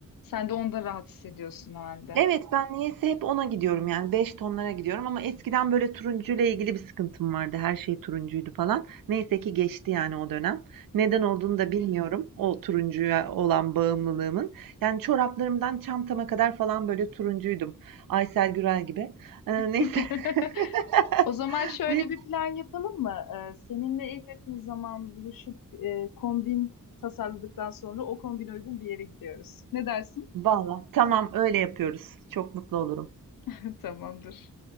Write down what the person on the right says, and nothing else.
Evet, ben niyeyse hep ona gidiyorum yani 5 tonlara gidiyorum ama eskiden böyle turuncuyla ilgili bir sıkıntım vardı. Her şey turuncuydu falan. Neyse ki geçti yani o dönem. Neden olduğunu da bilmiyorum o turuncuya olan bağımlılığımın. Yani çoraplarımdan çantama kadar falan böyle turuncuydum. Aysel Gürel gibi. Ee, neyse.
<laughs>
Neyse.
Valla tamam öyle yapıyoruz. Çok mutlu olurum.